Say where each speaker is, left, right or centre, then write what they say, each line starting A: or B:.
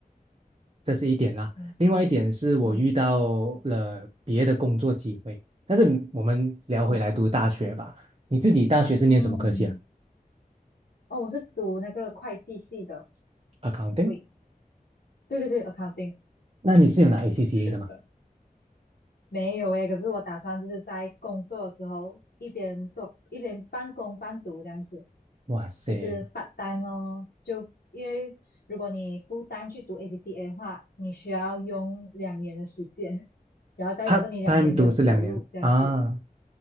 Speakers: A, on the right; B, on the left.
A: 这是一点啦。
B: 明白，
A: 另外一点是我遇到了别的工作机会，
B: 嗯，
A: 但是我们聊回来读大学吧。
B: 哦，
A: 你自己大学是念什么科系啊
B: 嗯，哦，我是读那个会计系的，
A: ？Accounting？
B: 对，对对对，accounting，
A: 那你是有拿 ACCA
B: 是的，
A: 的吗？
B: 没有诶，可是我打算就是在工作的时候一边做一边半工半读这样子。
A: 哇塞
B: 就是 p a 哦，就因为如果你 f u 去读 ACCA 的话，你需要用两年的时间，然后代表着你两年没有收入这样子
A: ，part time 读是两年啊？